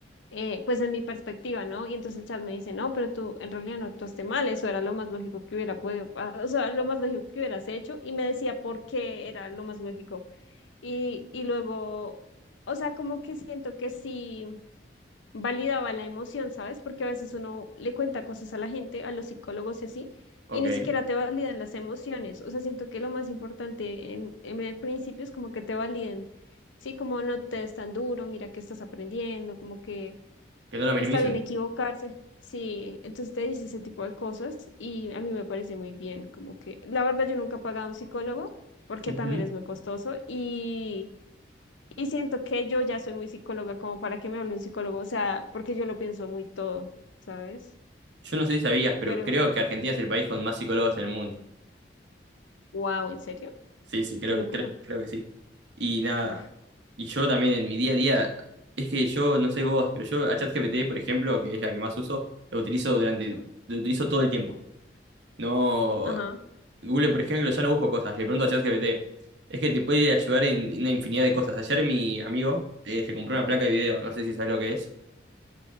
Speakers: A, on the left; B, on the right.
A: Eh, pues en mi perspectiva, ¿no? Y entonces el chat me dice, no, pero tú en realidad no actuaste mal, eso era lo más lógico que hubiera podido, pa- o sea, lo más lógico que hubieras hecho, y me decía por qué era lo más lógico y, y luego, o sea, como que siento que sí validaba la emoción, ¿sabes? Porque a veces uno le cuenta cosas a la gente, a los psicólogos y así,
B: Ok,
A: y ni
B: que
A: siquiera te validan las emociones. O sea, siento que lo más importante en, en el principio es como que te validen, ¿sí? Como no te des tan duro, mira que estás aprendiendo, como que
B: no lo minimicen.
A: está bien equivocarse. Sí, entonces te dice ese tipo de cosas y a mí me parece muy bien, como que la verdad yo nunca he pagado a un psicólogo porque
B: Ujú.
A: también es muy costoso y... Y siento que yo ya soy muy psicóloga como para que me hable un psicólogo, o sea, porque yo lo pienso muy todo, ¿sabes?
B: Yo no sé si sabías, pero
A: Pero,
B: creo que Argentina es el país con más psicólogos en el mundo.
A: wow, ¿en serio?
B: Sí, sí, creo,
A: Qué locura.
B: cre- creo que sí. Y nada,
A: Uf.
B: y yo también en mi día a día, es que yo, no sé vos, pero yo a ChatGPT, por ejemplo, que es la que más uso, lo utilizo durante,
A: Ujú.
B: lo utilizo todo el tiempo. No,
A: Ajá.
B: Google, por ejemplo, ya no busco cosas, le pregunto a ChatGPT. Es que te puede ayudar en una infinidad de cosas. Ayer mi amigo eh, se compró una placa de video, no sé si sabes lo que es.